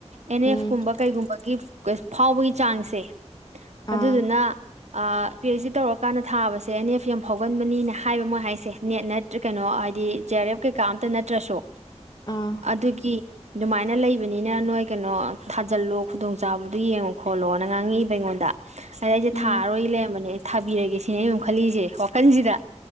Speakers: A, on the right; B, on the left.
A: ꯑꯦꯟ
B: ꯎꯝ
A: ꯑꯦꯐ ꯀꯨꯝꯕ ꯀꯩꯒꯨꯝꯕꯒꯤ ꯐꯥꯎꯕꯒꯤ ꯆꯥꯡꯁꯦ
B: ꯑꯥ
A: ꯑꯗꯨꯗꯨꯅ ꯄꯤ ꯑꯩꯆ ꯗꯤ ꯇꯧꯔꯀꯥꯟꯗ ꯊꯥꯕꯁꯦ ꯑꯦꯐ ꯌꯥꯝ ꯐꯥꯎꯒꯟꯕꯅꯤꯅ ꯍꯥꯏꯕ ꯃꯣꯏ ꯍꯥꯏꯁꯦ ꯅꯦꯠ ꯅꯠ ꯀꯩꯅꯣ ꯍꯥꯏꯗꯤ ꯖꯦ ꯑꯥꯔ ꯑꯦꯐ ꯀꯩꯀꯥ ꯑꯝꯇ ꯅꯠꯇ꯭ꯔꯁꯨ
B: ꯑꯥ
A: ꯑꯗꯨꯒꯤ ꯑꯗꯨꯃꯥꯏꯅ ꯂꯩꯕꯅꯤꯅ ꯅꯣꯏ ꯀꯩꯅꯣ ꯊꯥꯖꯤꯜꯂꯣ ꯈꯨꯗꯣꯡ ꯆꯥꯕꯗꯨꯣ ꯌꯦꯡꯉꯣ ꯈꯣꯠꯂꯣꯅ ꯉꯥꯡꯉꯛꯏꯕ ꯑꯩꯉꯣꯟꯗ ꯑꯗ ꯑꯩꯁꯦ
B: ꯎꯝ
A: ꯊꯥꯔꯔꯣꯏ ꯂꯩꯔꯝꯕꯅꯦ ꯑꯩ ꯊꯥꯕꯤꯔꯒꯦ ꯁꯤꯅꯦ ꯑꯩꯅꯨꯛ ꯈꯜꯂꯤꯁꯦ ꯋꯥꯈꯜꯁꯤꯗ